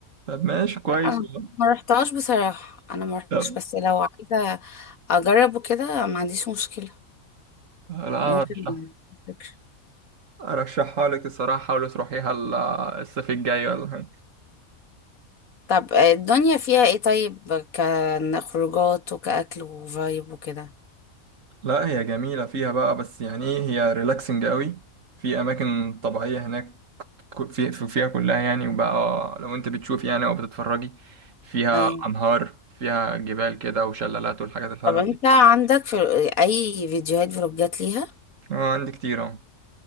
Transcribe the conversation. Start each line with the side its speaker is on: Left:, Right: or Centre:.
Right: طب ماشي كويس
Left: لا، انا
Right: والله
Left: ما رحتهاش بصراحة انا ما رحتش
Right: طب
Left: بس لو عايزة اجرب وكده ما عنديش مشكلة
Right: لا أنا
Left: ممكن
Right: ارشح
Left: فكرة
Right: ارشحها لك الصراحه حاولي تروحيها ال- الصيف الجاي ولا حاجه
Left: طب الدنيا فيها ايه طيب كخروجات وكأكل وفايب وكده
Right: لا هي جميله فيها بقى بس يعني ايه هي ريلاكسنج قوي في اماكن طبيعيه هناك كو- في في- فيها كلها يعني وبقى لو انت بتشوفي يعني او بتتفرجي فيها
Left: ايوه
Right: انهار فيها جبال كده وشلالات والحاجات الحلوه
Left: طب انت
Right: دي
Left: عندك في اي فيديوهات فلوجات ليها
Right: اه عندي كتير اهو